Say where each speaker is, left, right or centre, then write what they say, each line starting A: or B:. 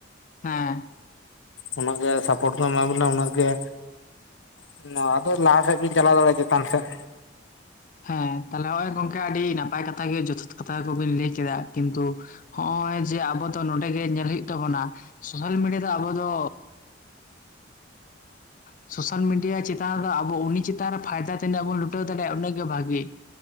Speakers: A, on the left; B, on the left.
A: ᱦᱮᱸ
B: ᱩᱱᱟᱹᱜ ᱜᱮ ᱥᱟᱯᱳᱨᱴ ᱠᱚ ᱮᱢᱟ ᱵᱮᱤᱱᱟ ᱩᱱᱟᱹᱜ ᱜᱮ ᱦᱮᱸ ᱟᱫᱚ ᱞᱟᱦᱟ ᱥᱮᱫ ᱵᱤᱱ ᱪᱟᱞᱟᱣ ᱫᱟᱲᱮᱭᱟᱜᱼᱟ ᱪᱮᱛᱟᱱ ᱥᱮᱫ᱾
A: ᱦᱮᱸ ᱛᱟᱦᱞᱮ ᱱᱚᱜᱼᱚᱭ ᱜᱚᱝᱠᱮ ᱟᱹᱰᱤ ᱱᱟᱯᱟᱭ ᱠᱟᱛᱷᱟ ᱜᱮ ᱡᱚᱛᱷᱟᱛ ᱠᱟᱛᱷᱟ ᱠᱚᱵᱤᱱ ᱞᱟᱹᱭ ᱠᱮᱫᱟ ᱠᱤᱱᱛᱩ ᱦᱚᱸᱜ ᱚᱭ- ᱡᱮ ᱟᱵᱚ ᱫᱚ ᱱᱚᱰᱮ ᱜᱮ ᱧᱮᱞ ᱦᱩᱭᱩᱜ ᱛᱟᱵᱚᱱᱟ ᱥᱳᱥᱟᱞ ᱢᱤᱰᱤᱭᱟ ᱫᱚ ᱟᱵᱚ ᱫᱚ ᱥᱳᱥᱟᱞ ᱢᱤᱰᱤᱭᱟ ᱪᱮᱛᱟᱱ ᱨᱮ ᱫᱚ ᱟᱵᱚ ᱩᱱᱤ ᱪᱮᱛᱟᱱ ᱨᱮ ᱯᱷᱟᱭᱫᱟ ᱛᱤᱱᱟᱹᱜ ᱵᱚᱱ ᱞᱩᱴᱟᱹᱣ ᱫᱟᱲᱮᱭᱟᱜᱼᱟ ᱩᱱᱟᱹᱜ ᱜᱮ ᱵᱷᱟᱜᱤ